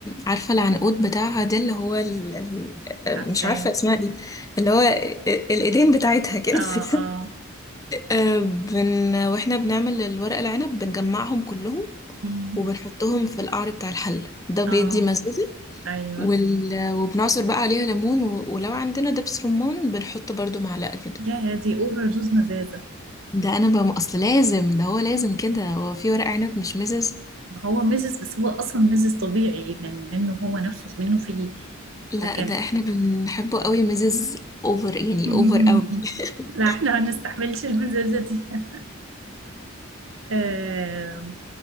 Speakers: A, on the left; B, on the right.
A: عارفة العنقود بتاعها ده اللي هو ال... ال...
B: عارفاه
A: مش عارفة اسمها ايه اللي هو ال- الايدين بتاعتها كده
B: اه اه
A: <laughs> آه، بن... واحنا بنعمل الورق العنب بنجمعهم كلهم
B: أمم،
A: وبنحطهم في القعر بتاع الحلة ده بيدي
B: اه
A: مزازة
B: ايوه
A: وال... وبنعصر بقى عليها ليمون و... ولو عندنا دبس رمان بنحط برضو معلقة كده
B: يا يا دي اوفر دوز مزازة
A: ده انا بقى اصل لازم ده هو لازم كده هو في ورق عنب مش مزز
B: ما هو مزز بس هو اصلا مزز طبيعي من منه هو نفسه منه فيه
A: لا
B: لكن
A: ده احنا بنحبه قوي مزز اوفر يعني
B: <laughs>
A: اوفر قوي <laughs>
B: لا احنا ما نستحملش المزازة دي <laughs> آه،